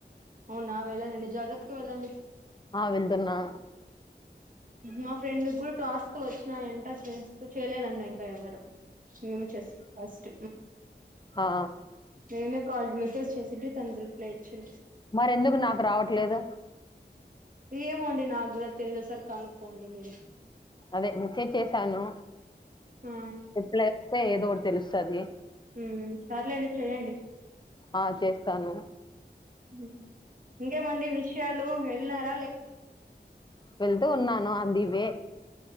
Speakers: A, on the right; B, on the left.
A: అవునా వెళ్ళనండి జాగ్రత్తకి వెళ్ళండి
B: ఆ వేళ్తున్నా
A: మా ఫ్రెండ్్గురు ట ఆాస్కులు వచ్చినాయంట చేస్త చేయలేదంట ఇంకా ఎవరు నేనే చెస్తా ఫస్ట్
B: హా
A: నేనే కాల్ మెసేజ్ చేసింది తను రిప్లై ఇచ్చింది
B: మరి ఎందుకు నాకు రావట్లేదు
A: ఏమోండి నాకు కూడా తెలిదుసరి కనుక్కోండి మీరు
B: అదే మెసేజ్ చేసాను
A: ఆ
B: రిప్లై వస్తే ఏదో ఒకటి తెలుస్తది
A: హ్మ్మ్ సర్లేండి చెయ్యండి
B: ఆ చేస్తాను
A: హ్మ్మ్ ఇంకేమండి విషయాలు వెళ్నార
B: వెళ్తూ ఉన్నాను ఆన్ ది వే